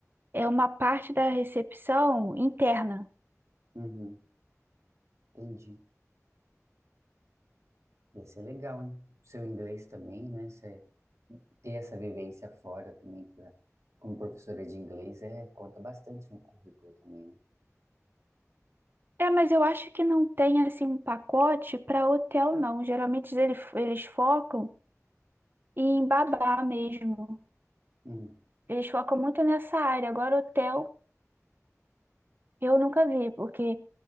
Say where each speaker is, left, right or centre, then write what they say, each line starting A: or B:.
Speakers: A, on the right (about 40°); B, on the right (about 60°).
A: é uma parte da recepção interna.
B: uhum, entendi. Ia ser legal, hein? Seu inglês também, né? Você ter essa vivência fora também, pra, como professora de inglês, é, conta bastante no currículo também,
A: É, mas eu acho que não tem assim um pacote para hotel, não. Geralmente eles, eles focam em babá mesmo.
B: né?
A: Eles focam muito nessa área. Agora, hotel eu nunca vi, porque